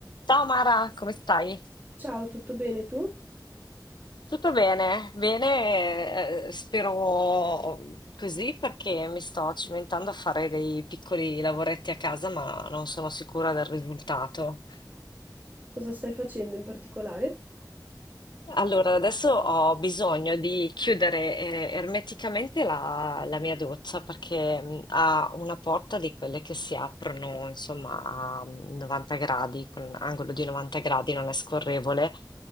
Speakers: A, on the left (about 80°); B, on the right (about 25°).
A: Ciao Mara, come stai?
B: Ciao, tutto bene tu?
A: Tutto bene? Bene, eh, spero così perché mi sto cimentando a fare dei piccoli lavoretti a casa, ma non sono sicura del risultato.
B: Cosa stai facendo in particolare?
A: Allora, adesso ho bisogno di chiudere eh, ermeticamente la, la mia doccia perché mh, ha una porta di quelle che si aprono, insomma, a mh, 90 gradi, con angolo di 90 gradi, non è scorrevole.